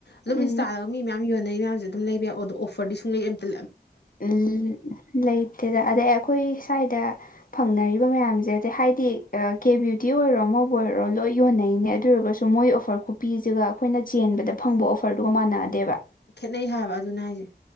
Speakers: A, on the left; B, on the left.
A: ꯑꯗꯨꯝ
B: ꯎꯝ
A: ꯏꯟꯁꯇꯥꯗ ꯃꯤ ꯃꯌꯥꯝ ꯌꯣꯟꯅꯩ ꯃꯌꯥꯝꯖꯦ ꯑꯗꯨꯝ ꯂꯩꯕ ꯌꯥꯏ ꯑꯗꯣ ꯑꯣꯐꯔꯗꯤ ꯁꯨꯡꯂꯩ ꯑꯃꯇ
B: ꯎꯝ ꯂꯩꯇꯦꯗ ꯑꯗꯩ ꯑꯩꯈꯣꯏ ꯁ꯭ꯋꯥꯏꯗ ꯐꯪꯅꯔꯤꯕ ꯃꯌꯥꯝꯁꯦ ꯑꯗꯩ ꯍꯥꯏꯗꯤ ꯀꯦ ꯕ꯭ꯌꯨꯇꯤ ꯑꯣꯏꯔꯣ ꯑꯃꯕꯨ ꯑꯣꯏꯔꯣ ꯂꯣꯏ ꯌꯣꯟꯅꯩꯅꯦ ꯑꯗꯨ ꯑꯣꯏꯔꯒꯁꯨ ꯗꯣ ꯃꯣꯏ ꯑꯣꯐꯔ ꯈꯨꯄꯤꯖꯤꯒ ꯑꯩꯈꯣꯏꯅ ꯆꯦꯟꯕꯗ ꯐꯪꯕ ꯑꯣꯐꯔꯗꯨꯒ ꯃꯥꯟꯅꯗꯦꯕ
A: ꯈꯦꯠꯅꯩ ꯍꯥꯏꯕ ꯑꯗꯨꯅ ꯍꯥꯏꯖꯦ